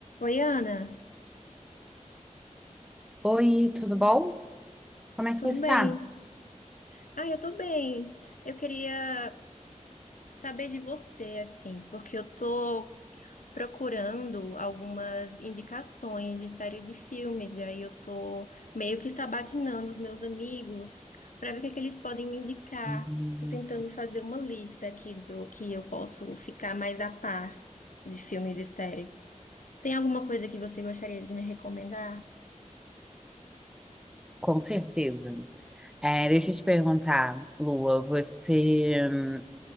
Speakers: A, on the left (about 80°); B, in the centre.
A: Oi, Ana,
B: Oi, tudo bom? Como é
A: tudo
B: que você
A: bem?
B: está?
A: Ah, eu tô bem. Eu queria saber de você, assim, porque eu tô procurando algumas indicações de séries e filmes, e aí eu tô meio que sabatinando os meus amigos para ver o que é que eles podem me indicar.
B: Hum,
A: Tô tentando fazer uma lista aqui do que eu posso ficar mais a par de filmes e séries. Tem alguma coisa que você gostaria de me recomendar?
B: Com certeza. É, deixa eu te perguntar, Lua, você hum,